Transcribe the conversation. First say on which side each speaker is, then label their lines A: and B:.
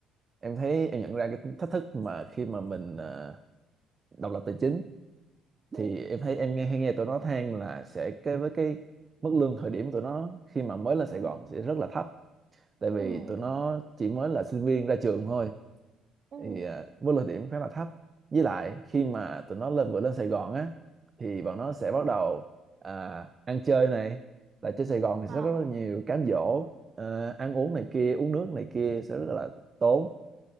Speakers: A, on the right (about 35°); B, on the right (about 50°).
A: em thấy em nhận ra cái thách thức mà khi mà mình ờ, độc lập tài chính
B: ừ
A: thì em thấy em nghe hay nghe tụi nó than là sẽ cái với cái mức lương thời điểm tụi nó khi mà mới lên Sài
B: ừ
A: Gòn sẽ rất là thấp tại vì
B: ừ
A: tụi nó chỉ mới là sinh viên ra trường thôi
B: ừ
A: thì à, vô lực điểm khá là thấp với lại khi mà tụi nó lên vừa lên Sài Gòn á thì bọn nó sẽ bắt đầu à, ăn chơi này tại trên Sài Gòn thì sẽ
B: à
A: có rất là nhiều cám dỗ à, ăn uống này kia uống nước này kia sẽ rất là tốn